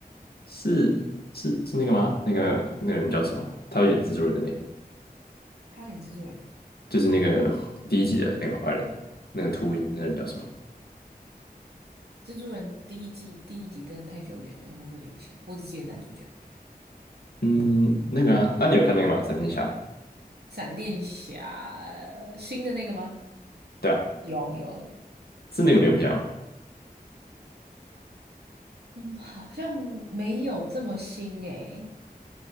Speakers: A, on the left (about 75°); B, on the right (about 85°).
A: 是是是那个吗？那个那个人叫什么？他要演蜘蛛人的那个，
B: 他有演蜘蛛人，
A: 就是那个第一集的那个坏人，那个秃鹰，那个人叫什么？
B: 蜘蛛人第一季第一集真的太久远了，我没有印象，我只记得男主角。
A: 嗯，那个啊，那你有看那个吗？闪电侠？
B: 闪电侠新的那个吗？
A: 对啊，
B: 有有有，
A: 是那个蝙蝠侠吗？
B: 嗯，好像没有这么新诶。